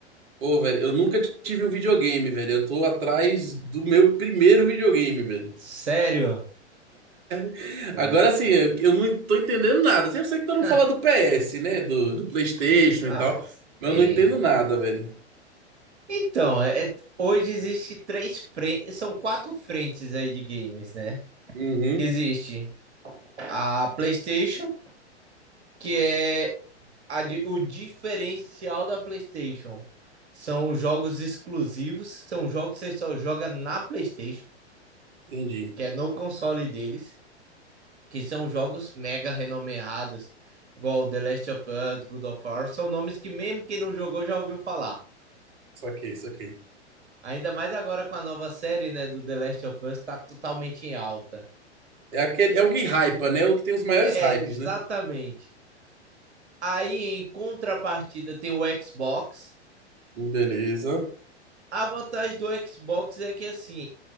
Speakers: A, on the right; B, on the right.
A: Pô, velho, eu nunca tive um videogame, velho. Eu tô atrás do meu primeiro videogame, velho.
B: Sério?
A: <laughs>
B: What?
A: Agora assim, eu eu não tô entendendo nada. Eu sei que tu
B: <laughs>
A: não fala do PS, né? Do, do PlayStation
B: Ah,
A: e tal. Mas
B: é.
A: eu não entendo nada, velho.
B: Então, é- é- hoje existe três frentes, são quatro frentes aí de games, né?
A: Uhum,
B: Que existe a PlayStation, que é a di- o diferencial da PlayStation. São os jogos exclusivos, são jogos que você só joga na PlayStation,
A: entendi.
B: que é no console deles. que são jogos mega renomeados, igual The Last of Us, God of War, são nomes que mesmo quem não jogou já ouviu falar.
A: Saquei, saquei.
B: Ainda mais agora com a nova série, né, do The Last of Us, tá totalmente em alta.
A: É aquele, é o que hypa, né? O que tem os maiores
B: É,
A: hypes,
B: exatamente.
A: né?
B: Aí, em contrapartida, tem o Xbox.
A: Beleza.
B: A vantagem do Xbox é que, assim,